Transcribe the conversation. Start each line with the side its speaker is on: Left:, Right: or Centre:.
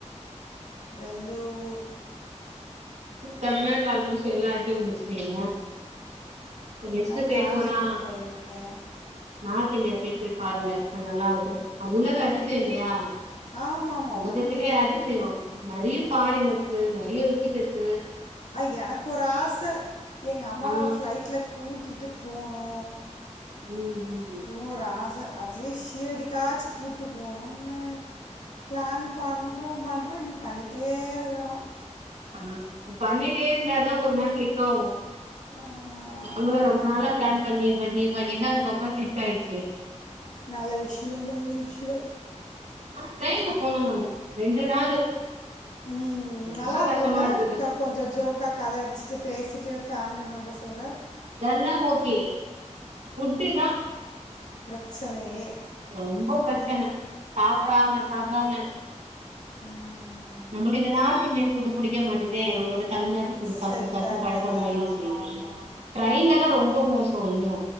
Left: வெல்லூர்
Right: தமிழ்நாட்டுல ஆல்மோஸ்ட் எல்லா எடத்தயு முடிச்சுட்டிங்களா? இந்த லிஸ்ட்
Left: ஆ,
Right: இப்டியே
Left: காஞ்சிபுரம்
Right: போனா
Left: போயிருக்கேன்
Right: நார்த் இந்தியா சைடு போய் பாருங்க அது நல்லா இருக்கு அது உலக
Left: ஆ,
Right: அதிசயம் இல்லையா
Left: ஆமா ஆமா
Right: உலகத்துலயே
Left: உண்மையாலுமே
Right: அதிசயோ, நறைய ஃபாரினர்ஸ் நறைய விசிட்டர்ஸ்
Left: ஆ எனக்கு ஒரு ஆச எங்க அம்மாவ
Right: ஆ
Left: ஃப்ளைட்ல கூட்டிட்டு போணு
Right: ம் ம்
Left: ன்னு ஒரு ஆச அட்லீஸ்ட் சீரடிக்காச்சு கூப்ட்டு போணுனு பிளான் பண்ணுறோ பண்ணுறோ இன்னு பண்ணிட்டே இருக்கறோ
Right: ஆ அது பண்ணிட்டே இருந்தாதா ஒரு நாள் கிளிக்காவு
Left: ஆமா
Right: நாங்களு ரொம்ப நாளா பிளான் பண்ணி பண்ணி பண்ணிதா அதுக்கப்பறோ கிளிக் ஆயிருச்சு
Left: நல்ல விஷ்யோ நல்ல விஷ்யோ
Right: ஆனா ட்ரைன்ல போனோ நாங்க ரெண்டு நாளு
Left: ம்
Right: ரொம்ப
Left: நல்லா இருக்குல்ல
Right: கஷ்டமா இருந்தது
Left: க கொஞ்சோ ஜோக் கா கத அடிச்சிட்டு பேசிட்டு ஃபேமிலி மெம்பர்ஸ்ஸோட
Right: அதெல்லா ஓகே ஃபுட்டு தா
Left: பிரச்சனையே
Right: ரொம்ப பிரச்சன சாப்டாம சாப்டாம
Left: ம்
Right: நமக்கு இந்த நார்த் இந்தியன் ஃபுட் புடிக்க மாட்டுதே நமக்கு தமிழ்நாடு ஃபுட்டு சாப்ட்டு
Left: செட்
Right: சாப்ட்டு
Left: ஆகாது
Right: பழக்கமாயிடுச்சி.
Left: ஆமா ஆமா
Right: ட்ரெயின்ல தா ரொம்ப மோசம் இன்னு.